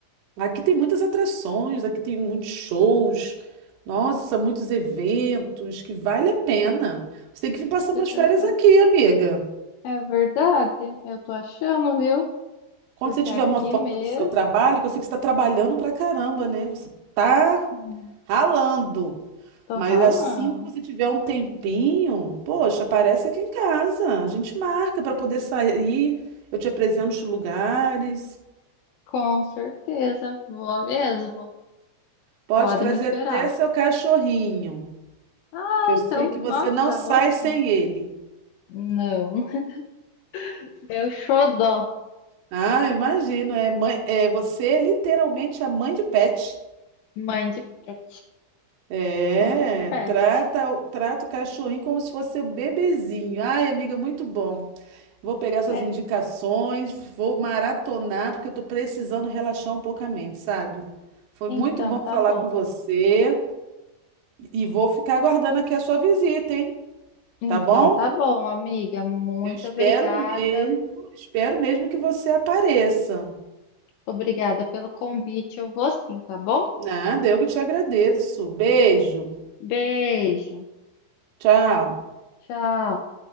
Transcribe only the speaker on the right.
Aqui tem muitas atrações, aqui tem muitos shows, nossa, muitos eventos que vale a pena. Você tem que vir passar
umas férias
aqui, amiga.
Quando
você tiver
uma folga
do seu trabalho, que eu sei que você está trabalhando pra caramba, né? Você tá
ralando.
Mas
assim que você tiver um tempinho, poxa, aparece aqui em casa. A gente marca para poder sair. Eu te apresento os lugares.
Pode
trazer
até seu cachorrinho,
que eu
sei que você
não sai
sem ele.
Ah, imagino, é mãe, é você é literalmente a mãe de pet.
É,
trata, o- trata o cachorrinho como se fosse seu bebezinho. Ai, amiga, muito bom. Vou pegar suas
indicações, vou maratonar, porque eu tô precisando relaxar um pouco a mente, sabe? Foi
muito bom
falar
com você e vou ficar aguardando aqui a sua visita, hein?
Tá bom?
Eu espero
mesmo, espero mesmo que você apareça.
Nada, eu que te agradeço. Beijo.
Tchau.